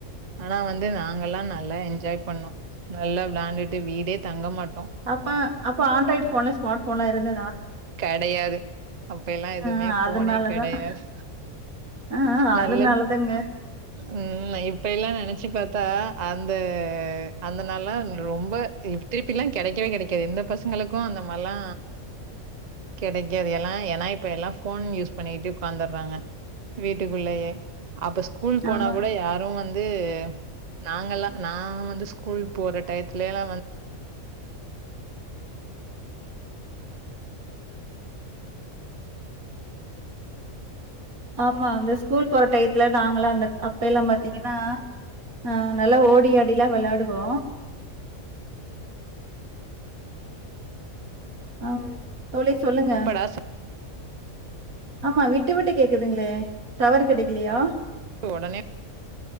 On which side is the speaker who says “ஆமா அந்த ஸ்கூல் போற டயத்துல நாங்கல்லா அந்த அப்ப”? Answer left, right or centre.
Right